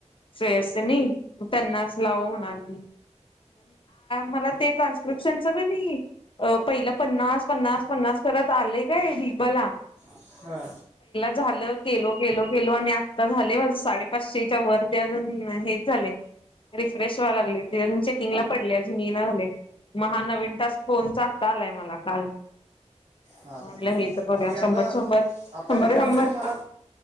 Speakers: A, on the left; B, on the right.
A: श्रेयसनी त्यांनाच लाव म्हणाल ते. मला ते ट्रान्स्क्रिप्शनच कणी पहिला पन्नास, पन्नास, पन्नास सर आले काय ढीग बाला.
B: हा.
A: झालं. केलो केलो केलो आणि आता झाले माझ साडेपाचशेच्या वर ते अजून हेच झाले. रिफ्रेश व्हा लागले त चेकिंग ला पडले अजून म ना झाले महा नवीन तास फोनचा आता आलाय मला काल
B: हां
A: म्हटलं
B: ह
A: हे तर बघूया
B: ते
A: शंभर
B: आता
A: शंभर
B: आता
A: शंभर
B: रिटर्न
A: शंभर
B: जरी मला